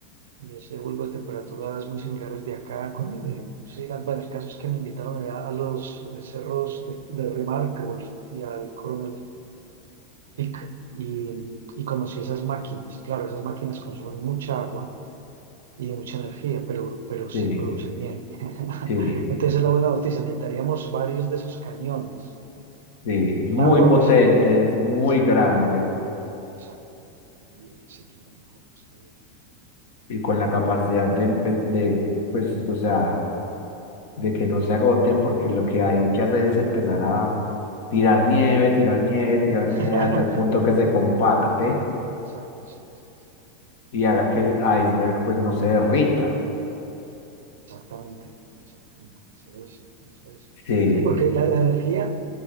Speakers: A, on the right; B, on the left.
A: Y ese bulbo de temperatura es muy similar al de acá con el de sí, Bueno, el caso es que me invitaron allá a los eh, cerros de, de Remarkables y al Coronel Peak y, y conocí esas máquinas. Claro, esas máquinas consumen mucha agua y mucha energía, pero, pero sí
B: sí,
A: producen nieve. <laughs>
B: sí,
A: Entonces es la buena noticia, necesitaríamos varios de esos cañones.
B: sí,
A: El
B: muy
A: agua,
B: potentes,
A: pues, el-
B: muy
A: exacto,
B: grandes
A: exacto. Ahí, si quieren, con ustedes.
B: y con la capacidad de, empe- de, pues, o sea, de que no se agoten porque lo que hay que hacer es empezar a tirar nieve, tirar nieve, tirar
A: <laughs>
B: nieve a tal punto que se compacte
A: Exacto, sí, sí, sí.
B: y haga que el iceberg pues no se derrita.
A: Exactamente, exactamente. Eso es, eso es.
B: Sí,
A: Sí, porque la, la energía,